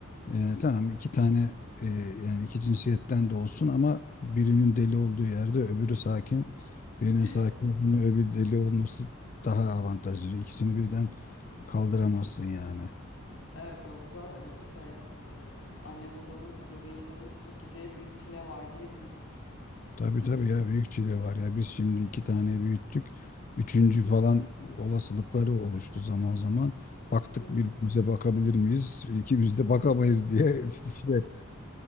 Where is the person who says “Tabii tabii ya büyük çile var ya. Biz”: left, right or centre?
Left